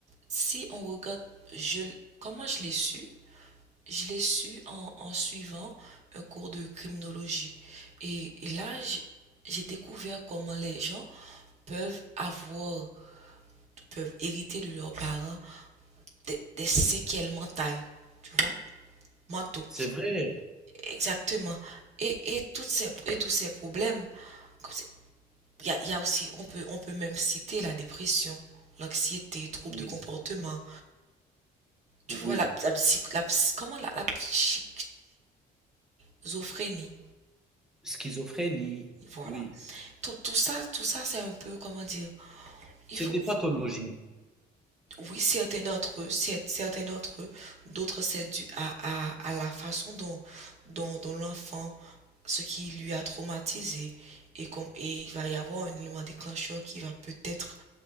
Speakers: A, on the right; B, in the centre.
A: si on regarde, je, l- comment je l'ai su? Je l'ai su en, en suivant un cours de criminologie. Et, et là, j'- j'ai découvert comment les gens peuvent avoir, peuvent hériter de leurs parents des, des séquelles mentales, tu vois, mentaux.
B: C'est vrai.
A: Exactement. Et, et, toutes ces, et tous ces problèmes, comme c'est- il y a, il y a aussi, on peut, on peut même citer la dépression, l'anxiété, troubles
B: Oui,
A: de comportement. Tu
B: oui.
A: vois, la, la, psy- la psy- comment la, la psy- schizophrénie.
B: Schizophrénie,
A: Voilà.
B: oui.
A: Tout, tout ça, tout ça, c'est un peu, comment dire,
B: C'est
A: il faut,
B: des pathologies,
A: oui, certains d'entre eux, c'est- certains d'entre eux, d'autres, c'est dû à, à, à la façon dont, dont, dont l'enfant, ce qui lui a traumatisé, et comme, et il va y avoir un élément déclencheur qui va peut-être,